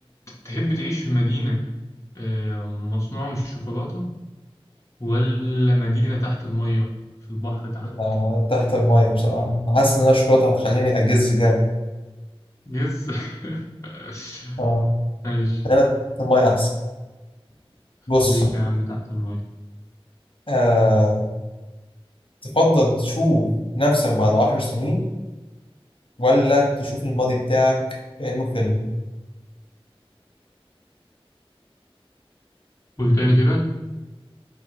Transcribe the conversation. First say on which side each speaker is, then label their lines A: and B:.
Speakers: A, on the left (about 30°); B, on the left (about 65°).
A: تحب تعيش في مدينة أه... مصنوعة من الشوكولاتة ولا مدينة تحت المية في البحر تحت
B: لا، انا تحت الميه بصراحه انا حاسس ان انا الشرطه هتخليني اجز جامد
A: جز <laughs>
B: آه.
A: ماشي
B: خيانة المية أحسن بص
A: ليك يا عم تحت المية
B: آه، تفضل تشوف نفسك بعد عشر سنين ولا تشوف الماضي بتاعك كأنه فيلم
A: قول تاني كده